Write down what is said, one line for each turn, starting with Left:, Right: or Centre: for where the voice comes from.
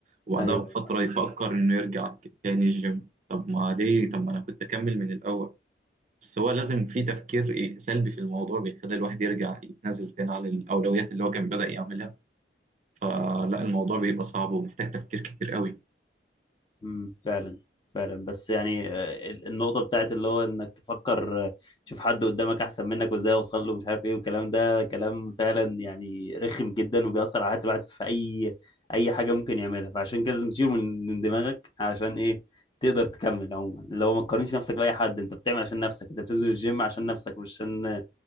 Right: وبعدها
Left: ايوه
Right: بفتره يفكر انه يرجع تاني الجيم طب ما ليه طب ما انا كنت اكمل من الاول بس هو لازم في تفكير إيه سلبي في الموضوع بيخلي الواحد يرجع يتنازل تاني على الأولويات اللي هو كان بدأ يعملها فلا الموضوع بيبقى صعب ومحتاج تفكير كتير قوي
Left: امم فعلا فعلا بس يعني آه، ال- النقطة بتاعت اللي هو انك تفكر آه، تشوف حد قدامك احسن منك وازاي اوصل له مش عارف ايه والكلام ده كلام فعلا يعني رخم جدا وبيأثر على حياة الواحد في اي اي حاجة ممكن يعملها فعشان كده لازم تشيله من من دماغك عشان ايه تقدر تكمل عموما اللي هو ما تقارنش نفسك بأي حد انت بتعمل عشان نفسك انت بتنزل الجيم عشان نفسك مش عشان